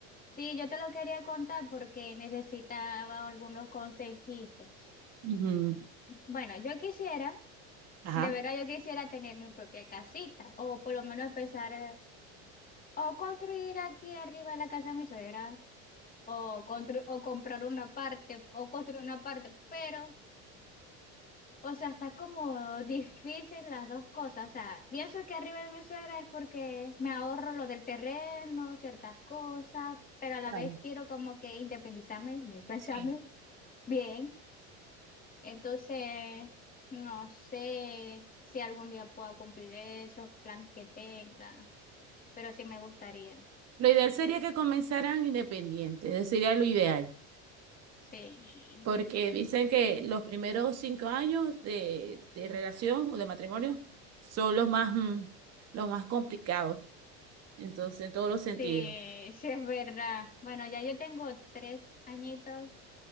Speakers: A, on the left (about 25°); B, on the right (about 45°).
A: sí, yo te lo quería contar porque necesitaba algunos consejitos.
B: Ujú,
A: Bueno, yo quisiera,
B: Ajá.
A: de verdad yo quisiera tener mi propia casita o por lo menos empezar eh, o construir aquí arriba la casa de mi suegra o, constru- o comprar una parte o construir una parte, pero... O sea, está como difícil las dos cosas. O sea, pienso que arriba de mi suegra es porque me ahorro lo del terreno, ciertas cosas, pero a la
B: Claro,
A: vez quiero como que independizarme, <laughs> independizarme
B: sí.
A: bien. Entonces, no sé si algún día pueda cumplir esos planes que tenga, pero sí me gustaría.
B: Lo ideal sería que comenzaran independientes, ese sería lo ideal.
A: Sí,
B: Porque dicen que los primeros cinco años de, de relación o de matrimonio son los más, mm, los más complicados, entonces, en todos los sentidos.
A: sí, sí es verdad. Bueno, ya yo tengo tres añitos.